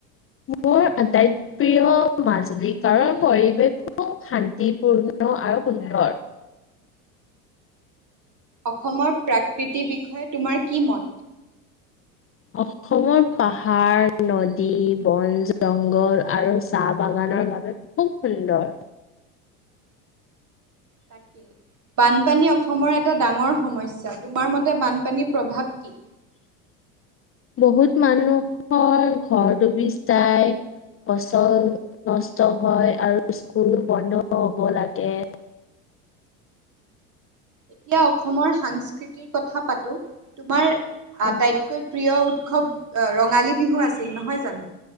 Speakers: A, on the left (about 30°); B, on the right (about 40°).
A: মোৰ আটাইত প্ৰিয় মাজুলী কাৰৰ পৰিৱেশো শান্তিপূৰ্ণ আৰু সুন্দৰ
B: অসমৰ প্ৰাকৃতিৰ বিষয়ে তোমাৰ কি মত
A: অ অসমৰ পাহাৰ নদী বন জংঘল আৰু চাহ বাগানৰ বাবে খুব সুন্দৰ।
B: তাকে বানপানী অসমৰ এটা ডাঙৰ সমস্যা, তোমাৰ মতে বানপানীৰ প্ৰভাৱ কি।
A: বহুত মানুহৰ ঘৰ ডুবি যায়। ফচল নষ্ট হয় আৰু স্কুল বন্ধ হ'ব লাগে
B: এতিয়া অসমৰ সাংস্কৃতিৰ কথা পাতো। তোমাৰ আটাইত
A: অ'
B: কৈ প্ৰিয় উৎসৱ আ ৰঙালী বিহু আছিল নহয় জানো?